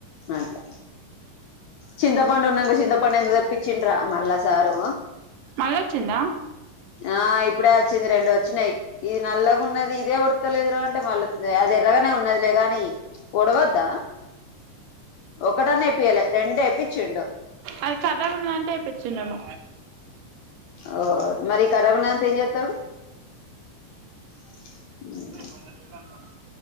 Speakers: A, on the left; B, on the right.
A: అట్లా చింతపండు ఉన్నాక చింతపండు ఎందుకు తెప్పించిండు రా మళ్ళా సారు
B: మళ్ళా వచ్చిండా
A: ఆ ఇప్పుడే వచ్చింది రెండు వచ్చినాయ్ ఇది నల్లగా ఉన్నది ఇదే ఓడుత లేదు రా అంటే మళ్ళా దే అది ఎర్రగానే ఉన్నదిలే గాని ఓడవద్దా ఒకటోది వేపియిలే రెండు వేపించిండు
B: అది కర్రెగా ఉన్నది అంటే వేపిచిండేమో
A: ఓ మరి కర్రగా ఉన్నది అంతా ఏం చేస్తాడు హ్మ్.
B: పన్నెండు వేలు దాకా ఉంది